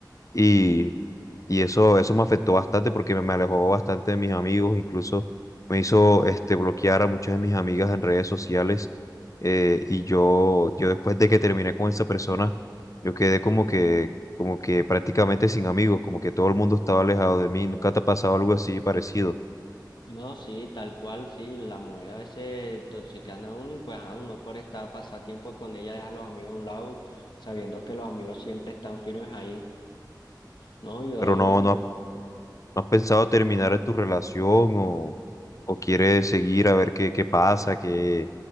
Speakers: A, on the left; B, on the left.
A: y y eso, eso me afectó bastante porque me me alejó bastante de mis amigos, incluso me hizo este, bloquear a muchas de mis amigas en redes sociales. eh, y yo, yo después de que terminé con esa persona, yo quedé como que, como que prácticamente sin amigos, como que todo el mundo estaba alejado de mí. ¿Nunca te ha pasado algo así parecido?
B: No, sí, tal cual, sí, la mujer a veces toxican a uno y pues a uno por estar pasatiempo con ella deja a los amigos a un lado, sabiendo que los amigos siempre están firmes ahí. No, yo
A: Pero no, no, has- no has pensado terminar tu relación o, o quieres seguir a ver qué, qué pasa, qué,